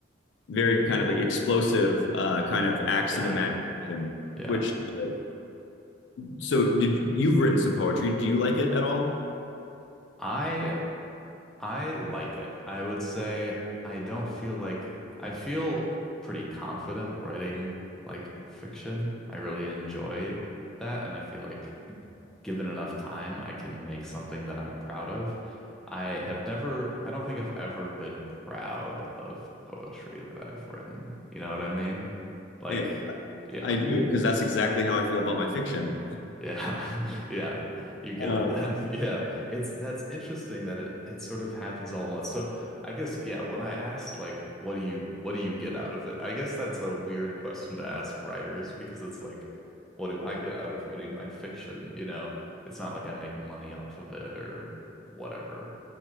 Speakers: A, on the left; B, in the centre.
A: very kind of like explosive uh, kind of acts
B: Yeah.
A: of imagination,
B: Yeah.
A: which uh, so did you've written some poetry? Do you like it at all?
B: I I like it. I would say I don't feel like I feel pretty confident writing like fiction. I really enjoy that, and I feel like given enough time, I can make something that I'm proud of. I have never, I don't think I've ever been proud of poetry that I've written. You know what I mean? Like,
A: Hey,
B: yeah,
A: I do because that's exactly how I feel about my fiction.
B: yeah. <laughs> Yeah. You get
A: Uh,
B: it then. <laughs> Yeah. It's that's interesting that it it sort of happens all at once. So I guess yeah, when I asked like what do you what do you get out of it? I guess that's a weird question to ask writers because it's like what do I get out of writing my fiction, you know? It's not like I make money off of it or whatever.